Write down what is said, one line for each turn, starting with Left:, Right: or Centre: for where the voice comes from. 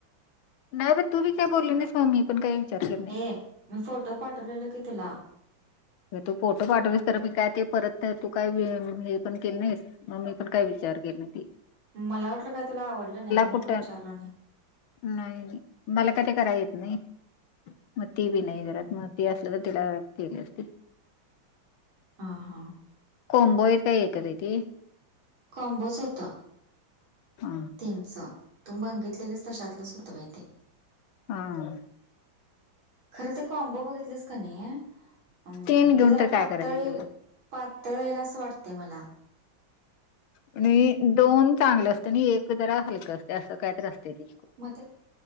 Left: नाही बाई तू बी काय बोलली नाही स्वामी पण काही विचारु शकत नाही.
Right: ए मी फोटो पाठवलेलो की तुला
Left: तू फोटो पाठवलीस खरं मी काय ते परत तू काय हे पण केले नाहीस. मग मी पण काय विचार केलं नाही ते
Right: मला वाटलं काय तुला आवडलं नाही म्हणून
Left: कुठं
Right: मी विचारलं नाही.
Left: नाही बाई मला काय ते करायला येत नाही मग ती बी नाही
Right: हम्म
Left: घरात. ते असलं तर तिला केले असते.
Right: हा हा,
Left: कॉम्बो हाय काय एकत ते.
Right: कॉम्बोस होता.
Left: हा
Right: त्यांचं तू बघितलेलीस तशातलंच होतं बाई ते.
Left: हा अ,
Right: खरं ते का कॉम्बो बघितलेस का नाही. हम्म
Left: तीन घेऊन
Right: ते जरा
Left: तर
Right: पातळ
Left: काय करायचं
Right: येल
Left: तेवढं
Right: पातळ येईल असं वाटते मला.
Left: आणि दोन चांगलं असतं आणि एक जरा हलकं असते असं कायत असते ती.
Right: मग ते